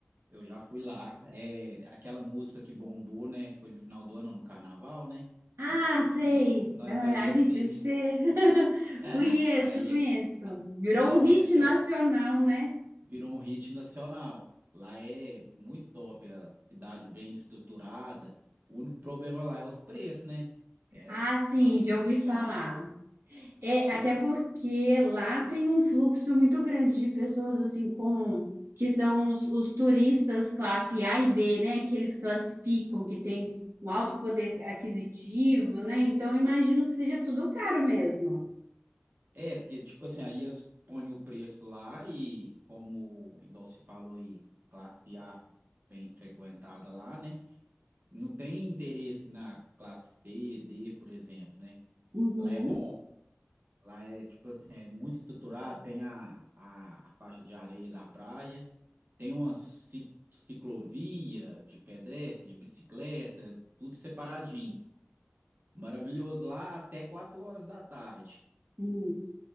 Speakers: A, on the right; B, on the right.
A: eu já fui lá. É aquela música que bombou, né? Foi no final do ano, no carnaval, né?
B: Ah, sei.
A: Que nós
B: Ah,
A: vai descer.
B: A gente se... <laughs> Conheço,
A: <laughs> Aí,
B: conheço.
A: é-
B: Virou
A: não,
B: um hit
A: aí aquela
B: nacional, né?
A: virou um hit nacional. Lá é muito top, a cidade bem estruturada. O único problema lá é os preços, né? É
B: Ah, sim,
A: bastante
B: já ouvi
A: caro.
B: falar. É,
A: Porque,
B: até
A: tipo
B: porque lá tem um fluxo muito grande de pessoas assim com que são os, os turistas classe A e B, né? Que eles classificam, que tem um alto poder aquisitivo, né? Então eu imagino que seja tudo caro mesmo.
A: É, porque, tipo assim, aí eles põem o preço lá e, como, igual você falou aí, classe A bem frequentada lá, né? Não tem interesse na classe C, D, por exemplo, né?
B: Uhum.
A: Lá é bom, lá é, tipo assim, é muito estruturado, tem a, a faixa de areia da praia, tem uma ci- ciclovia de pedestre, de bicicleta, tudo separadinho. Maravilhoso lá até 4 horas da tarde.
B: Hum.